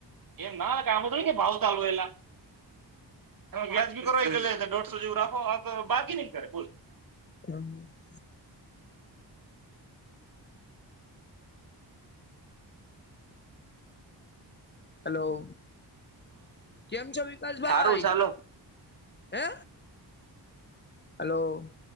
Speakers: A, on the right; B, on the left.
A: એમ ના એમા થોડી ભાવ તાલ હોય યાર <unintelligible> એટ દોઢસો જેવું રાખો બગેનિંગ કરે.
B: <unintelligible> હલો. કેમ છો વિકાસભાઈ
A: હ સારું ચાલો.
B: હે હલો.